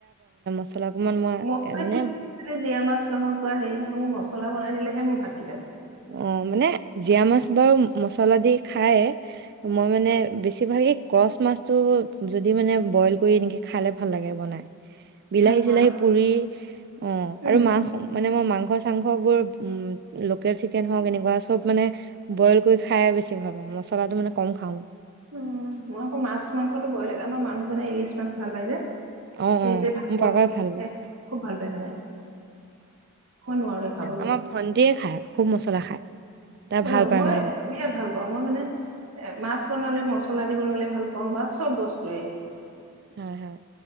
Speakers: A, on the right; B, on the right.
A: <inaudible>
B: মই
A: এ মানে
B: জীয়া মাছ নহওক বা হেৰি নহক মোৰ মছলা বন দিলেহে মোৰ ভাত
A: অ মানে জিৰা মাছ বাৰু মছলা দি খাই মই মানে বেছি ভা এই ক্ৰচ মাছটো যদি মানে বইল কৰি এনেকে খালে ভাল লাগে বনাই বিলাহী
B: ভাল পোৱা
A: চিলাহী
B: ন?
A: পুৰি অ
B: উম,
A: আৰু মা মানে মই মাংস মাংস চাংস বোৰ লোকেল চিকেন হওক এনেকুৱা চব মানে বইল কৰি খাই বেছি ভাল পাওঁ মছলাটো মানে কম খাওঁ
B: উ মই আকৌ মাছ মাংসটো বয় লাগে আমাৰ মানুহজনে ইংলিছ মাছ ভাল পায় যে
A: অ অ
B: এই যে ভাপত
A: মোৰ পাপাই
B: দিয়ে
A: ভাল পায়
B: খুব ভাল পায় মানে। মই নোৱাৰোৱে খাবলৈ।
A: আমাৰ ভন্টিয়ে খায় খুব মছলা খায় তাই
B: অ
A: ভাল পায়
B: মই
A: মানে
B: বিৰাট ভাল পাওঁ মই মানে এ মাছ বনালে মছলা দি বনালে ভাল পাওঁ বা বা চব বস্তুৱে
A: হয় হয়